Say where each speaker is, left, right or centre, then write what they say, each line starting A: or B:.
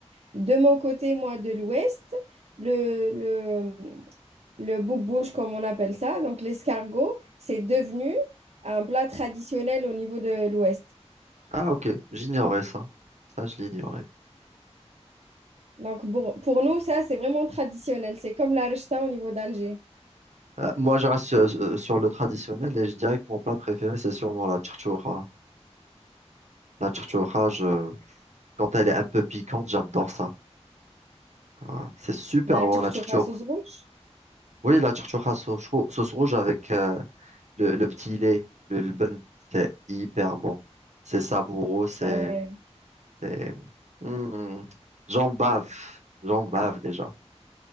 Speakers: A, on the right; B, on the right.
A: de mon côté, moi, de l'Ouest, le, le, le boubouche, comme on appelle ça, donc l'escargot, c'est devenu un plat traditionnel au niveau de l'Ouest.
B: Ah, ok, j'ignorais ça. Ça, je l'ignorais.
A: Donc pour, pour nous, ça, c'est vraiment traditionnel. C'est comme la rechta au niveau d'Alger.
B: Euh, moi, je reste sur, sur- sur le traditionnel et je dirais que mon plat préféré, c'est sûrement la charchoura. La charchoura, je- quand elle est un peu piquante, j'adore ça. Ah, c'est super
A: La
B: bon,
A: chertura
B: la tchourtchour.
A: sauce rouge?
B: Oui, la tchourtchour à sauce, rou- sauce rouge avec euh, le, le petit lait, le lbn, c'est hyper bon. C'est savoureux, c'est...
A: Ah ouais.
B: c'est- Hmm, j'en bave, j'en bave déjà.